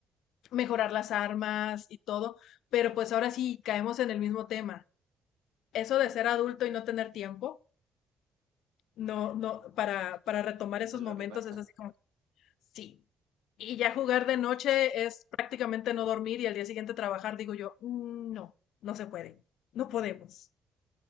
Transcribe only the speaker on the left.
mejorar las armas y todo. Pero pues ahora sí caemos en el mismo tema. Eso de ser adulto y no tener tiempo, no, no, para, para retomar
esos
momentos
es así como, Sí. Y ya jugar de noche es prácticamente no dormir y al día siguiente trabajar, digo yo, "Mm, no, no se puede, no podemos.